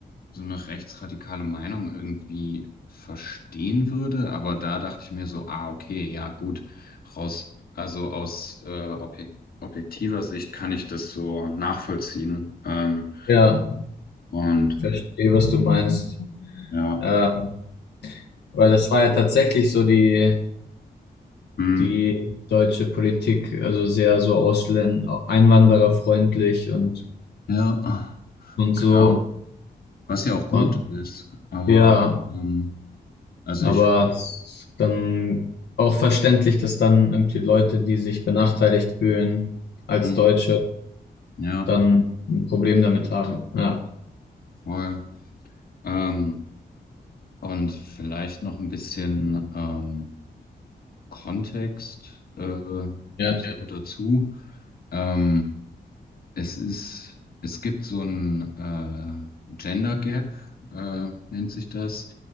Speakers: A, on the left; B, on the left.
A: so eine rechtsradikale Meinung irgendwie verstehen würde. Aber da dachte ich mir so, ah, okay, ja, gut, raus, also aus äh, obje- objektiver Sicht kann ich das so nachvollziehen. Ähm,
B: Ja,
A: und
B: verstehe, was du meinst.
A: ja,
B: Ähm, weil das war ja tatsächlich so die,
A: hm,
B: die deutsche Politik, also sehr so Ausländer, einwandererfreundlich und,
A: ja,
B: und
A: genau.
B: so.
A: Was ja auch gut
B: Und
A: ist, aber
B: ja,
A: ähm, also
B: aber
A: ich finde,
B: es ist dann auch verständlich, dass dann irgendwie Leute, die sich benachteiligt fühlen als
A: mhm,
B: Deutsche,
A: ja,
B: dann ein Problem damit haben. Ja.
A: voll. Ähm, und vielleicht noch ein bisschen ähm, Kontext äh,
B: Ja.
A: Ja. so dazu. Ähm, Es ist, es gibt so ein äh, Gender Gap, äh, nennt sich das.